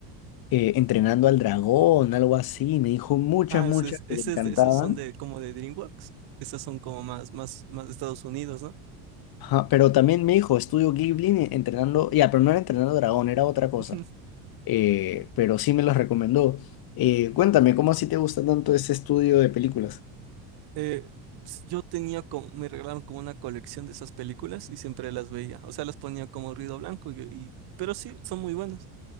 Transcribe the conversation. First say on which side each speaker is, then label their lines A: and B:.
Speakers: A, on the left (about 50°); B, on the right (about 55°).
A: eh, Entrenando al Dragón, algo así. Me dijo muchas,
B: Ah,
A: muchas
B: ese es, ese
A: que le encantaban.
B: es de- esos son de como de DreamWorks. Esas son como más, más, más de Estados Unidos, ¿no?
A: Ajá, pero también me dijo, estudio Ghibli en- entrenando, ya, pero no era entrenando dragón, era otra cosa,
B: <laughs>
A: eh, pero sí me los recomendó. Eh, cuéntame, ¿cómo así te gusta tanto ese estudio de películas?
B: Eh, pues, yo tenía como, me regalaron como una colección de esas películas y siempre las veía. O sea, las ponía como ruido blanco y, y- pero sí, son muy buenas.